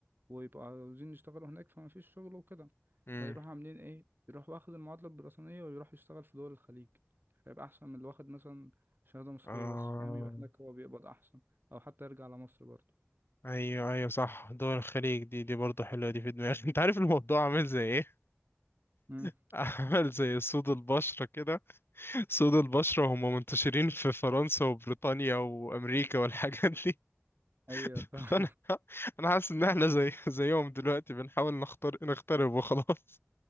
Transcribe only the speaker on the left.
امم
آه.
ايوه ايوه صح دول الخليج دي دي برضه حلوة دي في دماغي <laughs> انت عارف الموضوع عامل زي ايه
<laughs> عامل زي سود البشرة كده سود البشرة هم منتشرين في فرنسا وبريطانيا وامريكا والحاجات دي
<laughs>
فانا انا حاسس ان احنا زي زيهم دلوقتي بنحاول نختار نخترب وخلاص